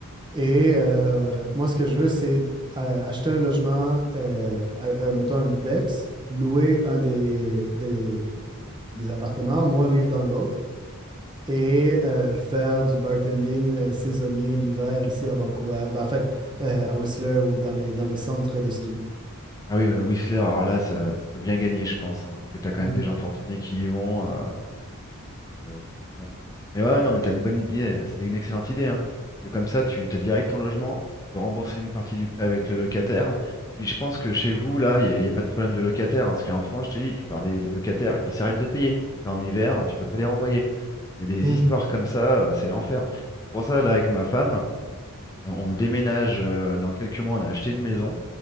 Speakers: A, on the right; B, on the left.
A: Et euh, moi, ce que je veux, c'est euh, acheter un logement, euh, à- à- mettons un duplex, louer un des, des, des appartements, moi vivre dans l'autre. et euh, faire du bartending euh, saisonnier l'hiver ici à Vancouver. Ben, en fait, euh, à Whistler ou dans les, dans les centres de ski.
B: Ah oui, euh, Whistler, alors là, ça, ça peut bien gagner, je pense. hein, parce que tu as quand
A: Mhm.
B: même des gens fortunés qui y vont. euh, Donc, euh, donc bon. Mais ouais, ouais, non, mais t'as une bonne idée. C'est une excellente idée, hein. Parce que comme ça, tu t'as direct ton logement, tu peux rembourser une partie du prêt avec le locataire. Puis je pense que chez vous, là, il n'y a, y a pas de problème de locataire. hein, parce qu'en France, je te dis, tu parles des, des locataires, ils s'arrêtent de payer. T'es en hiver, tu peux pas les renvoyer. Il y a des
A: Mhm.
B: histoires comme ça, euh, c'est l'enfer. C'est pour ça, là, avec ma femme. Euh, On déménage euh, dans quelques mois, on a acheté une maison, donc